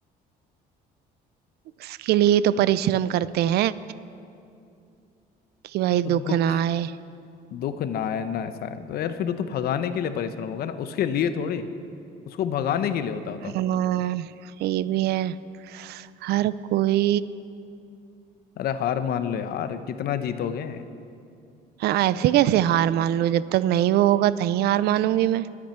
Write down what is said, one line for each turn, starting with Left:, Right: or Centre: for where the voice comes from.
Right: उसके लिए तो परिश्रम करते हैं कि भाई
Left: तो
Right: दुख
Left: दुख
Right: ना आए
Left: दुख ना है ना ऐसा है तो यार फिर वो तो भगाने के लिए परिश्रम होगा ना उसके लिए थोड़ी उसको भगाने के लिए होता होता
Right: हाँ ये भी है हर कोई
Left: अरे हार मान लो यार कितना जीतोगे
Right: हाँ, ऐसे कैसे हार मान लूं जब तक नहीं वो होगा तभी हार मानूंगी मैं